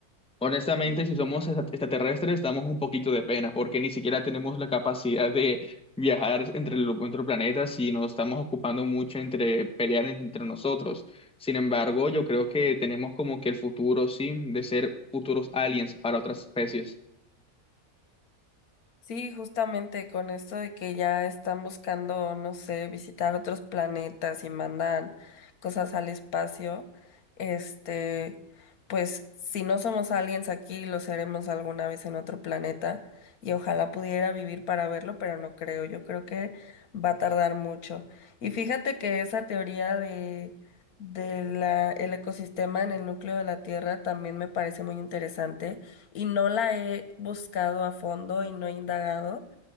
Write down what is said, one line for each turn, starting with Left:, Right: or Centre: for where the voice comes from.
Centre: Honestamente, si somos extra- extraterrestres, damos un poquito de pena, porque ni siquiera tenemos la capacidad de viajar entre los otros planetas y nos estamos ocupando mucho entre pelear en- entre nosotros. Sin embargo, yo creo que tenemos como que el futuro, sí, de ser futuros aliens para otras especies.
Left: Sí, justamente con esto de que ya están buscando, no sé, visitar otros planetas y mandan cosas al espacio, este, pues si no somos aliens aquí, lo seremos alguna vez en otro planeta y ojalá pudiera vivir para verlo, pero no creo, yo creo que va a tardar mucho. Y fíjate que esa teoría de, de la, el ecosistema en el núcleo de la Tierra también me parece muy interesante y no la he buscado a fondo y no he indagado